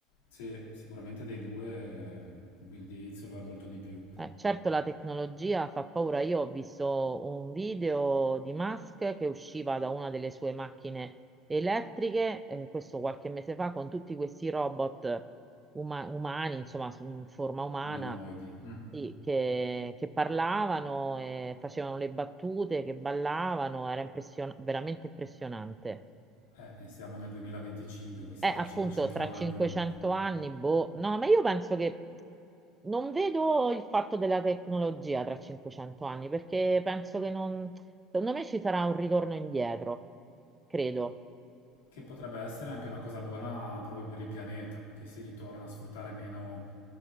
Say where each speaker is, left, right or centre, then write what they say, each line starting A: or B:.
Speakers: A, on the left (about 85°); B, on the right (about 15°).
A: se sicuramente dei due eh, Bill Gates lo è molto di più,
B: Eh, certo la tecnologia fa paura. Io ho visto un video di Musk che usciva da una delle sue macchine elettriche, eh, questo qualche mese fa, con tutti questi robot uma- umani, insomma, su- in forma umana,
A: umanoidi. Mm.
B: sì, che, che parlavano, e facevano le battute, che ballavano, era impression- veramente impressionante.
A: Eh, e siamo nel 2025, chissà
B: Eh, appunto,
A: tra 500
B: tra
A: anni,
B: 500 anni, boh, no, ma io penso che non vedo il fatto della tecnologia tra 500 anni, perché penso che non, secondo me ci sarà un ritorno indietro, credo.
A: che potrebbe essere anche una cosa buona proprio per il pianeta, che si ritorna a sfruttare meno